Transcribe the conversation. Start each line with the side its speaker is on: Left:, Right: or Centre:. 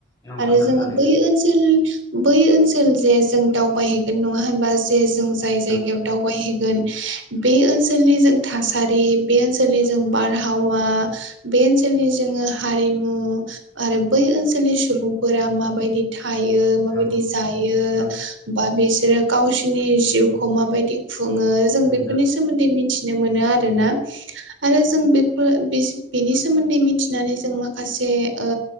Left: नंगौ
Right: आरो
Left: नोंथां नंगौ नोंथां नंगौ नोंथां
Right: जोङो
Left: थारैनो
Right: बै ओनसोल सोल बै ओनसोल जे जों दावबायहैगोन नङा होनबा? जे जों जाय
Left: नंगौ
Right: जायगायाव दावबायहैगोन बे ओनसोलनि जों थासारि बे ओनसोलनि जों बारहावा बे ओनसोलनि जोङो हारिमु आरो बै ओनसोलनि सुबुंफोरा माबायदि थायो माबायदि
Left: नंगौ
Right: जायो
Left: नंगौ
Right: बा बिसोरो गावसिनि जिउखौ
Left: औ
Right: माबायदि खुङो जों
Left: बुंदो
Right: बेफोरनि सोमोन्दै मिथिनो मोनो आरोना। आरो जों बेफोर बिस बेनि सोमोन्दै मिथिनानै जों माखासे ओ